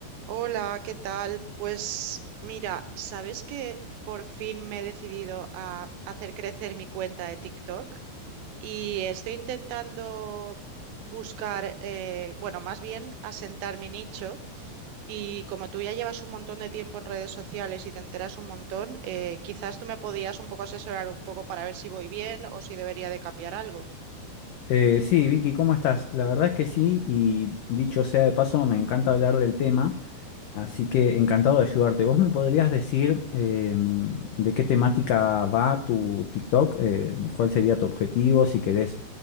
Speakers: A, on the right; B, on the left.
A: Hola, ¿qué tal? Pues mira, ¿sabes que por fin me he decidido a hacer crecer mi cuenta de TikTok? Y estoy intentando buscar, eh, bueno, más bien asentar mi nicho. Y como tú ya llevas un montón de tiempo en redes sociales y te enteras un montón, eh, quizás tú me podías un poco asesorar un poco para ver si voy bien o si debería de cambiar algo.
B: Eh, sí, Vicky, ¿cómo estás? La verdad es que sí, y dicho sea de paso, me encanta hablar del tema, así que encantado de ayudarte. ¿Vos me podrías decir em, de qué temática va tu TikTok? Eh, ¿cuál sería tu objetivo? Si querés